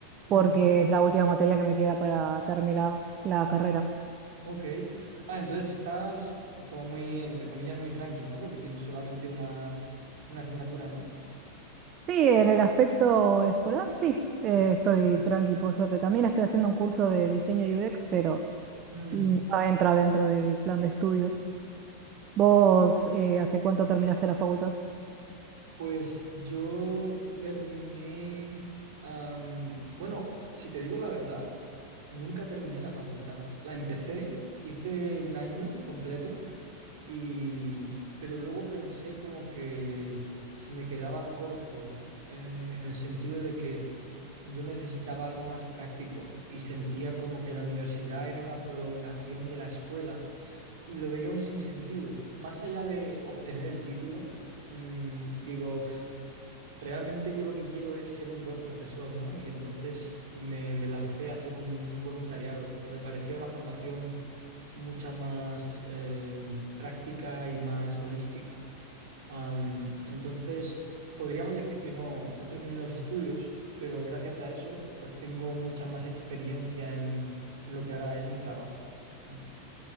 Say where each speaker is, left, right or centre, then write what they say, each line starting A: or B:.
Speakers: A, on the right; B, on the right.
A: mm.
B: porque es la última materia que me queda para terminar la carrera.
A: mm. Ok. Ah, entonces estás como muy, entre comillas, muy tranqui, ¿no? Porque tienes solamente una, una asignatura, ¿no?
B: Sí, en el aspecto escolar, sí, eh, estoy
A: Ujú.
B: tranqui, por suerte. También estoy haciendo un curso de diseño UX, pero
A: Mm,
B: mm, no entra dentro del plan de estudios. ¿Vos eh, hace cuánto terminaste la facultad?
A: pues yo terminé, am, bueno, si te digo la verdad, nunca terminé la facultad. La empecé, hice un año completo y, pero luego pensé como que se me quedaba corto, eh, en el sentido de que Yo necesitaba algo más práctico y sentía como que la universidad era una prolongación de la escuela y lo veía un sinsentido. Más allá de obtener el título, mm, digo, "Uf, realmente yo lo que quiero es ser un buen profesor, ¿no? Y entonces me, me lancé a hacer un, un voluntariado que me parecía una formación mucha más eh, práctica y más holística. Am, entonces, podríamos decir que no, no terminé los estudios, pero gracias a eso, pues tengo mucha más experiencia en, en lo que ahora es mi trabajo. Mm.